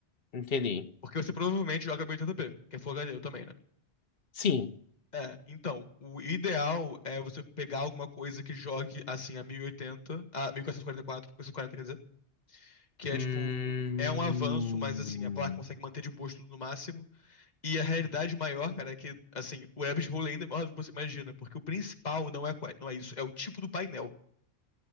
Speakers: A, on the left (about 60°); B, on the left (about 40°).
A: entendi.
B: Porque você provavelmente joga 1080p, que é Full HD, eu também, né?
A: Sim.
B: É, então, o ideal é você pegar alguma coisa que jogue assim a 1080, a 1444, 1440, quer dizer, que é
A: Hum.
B: tipo, é um avanço, mas assim, a placa consegue manter de boas tudo no máximo. E a realidade maior, cara, é que assim, o rabbit hole ainda é maior do que você imagina, porque o principal não é qua- não é isso, é o tipo do painel.